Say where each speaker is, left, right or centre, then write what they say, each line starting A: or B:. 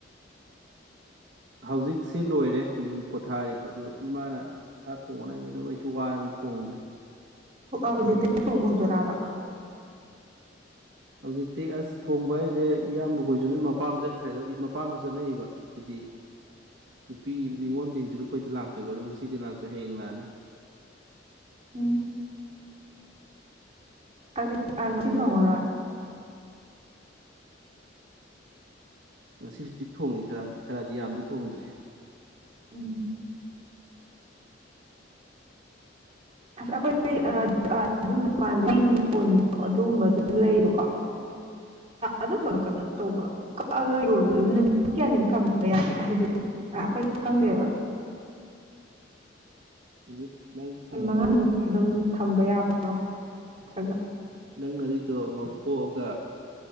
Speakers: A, on the right; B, on the right.
A: ꯍꯧꯖꯤꯛꯁꯤ ꯂꯣꯏꯔꯦ ꯌꯨꯝ ꯄꯣꯊꯥꯔꯤ ꯑꯗꯨ ꯏꯃꯥꯅ ꯁꯥ ꯊꯣꯡꯅ ꯃ ꯑꯗꯨ ꯑꯩꯁꯨ ꯋꯥꯔꯕꯅꯤ ꯊꯣꯡꯗ꯭ꯔꯦ ꯏꯆꯟꯅꯨꯄꯤꯅ
B: ꯍꯧꯖꯤꯛꯇꯤ ꯊꯣꯡꯕ
A: ꯊꯣꯡꯉꯦ
B: ꯍꯧꯗꯣꯔꯕ
A: ꯍꯧꯖꯤꯛꯇꯤ ꯑꯁ ꯊꯣꯡꯕ ꯍꯥꯏꯁꯦ ꯏꯌꯥꯝꯕꯈꯣꯏꯁꯨ ꯅꯣꯏ ꯃꯄꯥꯝ ꯆꯠꯈ꯭ꯔꯦ ꯃꯄꯥꯝꯁꯨ ꯆꯠꯅꯩꯕ ꯍꯥꯏꯗꯤ ꯅꯨꯄꯤ ꯃꯤꯉꯣꯜꯁꯤꯡꯁꯨ ꯑꯩꯈꯣꯏꯗ ꯂꯥꯛꯇꯣꯏꯕ ꯑꯗꯨꯣ ꯉꯁꯤꯗꯤ ꯂꯥꯛꯇ꯭ꯔꯦ ꯍꯌꯦꯡ ꯂꯥꯛꯑꯅꯤ
B: ꯎꯝ ꯑꯗꯨ
A: ꯑꯗꯨꯒ
B: ꯉꯁꯤ ꯊꫭꯡꯉꯥꯔꫭꯏ
A: ꯉꯁꯤ ꯍꯧꯖꯤꯛ ꯊꯣꯡꯉꯤ ꯈꯔꯗꯤ ꯈꯔꯗꯤ ꯌꯥꯝꯗꯤ ꯊꯣꯡꯗ꯭ꯔꯦ
B: ꯎꯝ ꯑꯁ ꯑꯩꯈꯣꯏ ꯑꯗꯨꯝ ꯗꯨꯀꯥꯟꯗꯒꯤ ꯌꯣꯟꯕ ꯑꯗꯨꯒꯨꯝꯕ ꯑꯗꯨꯝ ꯂꯩꯕꯀꯣ ꯑꯗꯨꯝꯕꯗꯣ ꯀꯩꯅꯣ ꯇꯧꯕ꯭ꯔꯣ ꯀꯛꯑꯒ ꯌꯣꯟꯕꯗꯣ ꯅꯨꯃꯤꯠ ꯀꯌꯥꯅꯤꯃꯨꯛ ꯊꯝꯕ ꯌꯥꯒꯦ ꯍꯥꯏꯗꯤ ꯑꯩꯈꯣꯏꯗꯤ ꯈꯪꯗꯦꯕ
A: ꯅꯨꯃꯤꯠ ꯅꯪ ꯊꯝꯅꯤꯡꯉꯤꯁꯦ
B: ꯅꯨꯃꯤꯠ ꯃꯉꯥꯃꯨꯛꯇ
A: ꯀꯃꯥꯏꯅ
B: ꯑꯗꯨꯝ
A: ꯊꯝꯅꯤꯡꯉꯤꯅꯣ
B: ꯊꯝꯕ ꯌꯥꯕ꯭ꯔꯣ ꯁꯒ
A: ꯅꯪꯅ ꯑꯗꯨꯏꯗꯣ ꯉꯧꯊꯣꯛꯑꯒ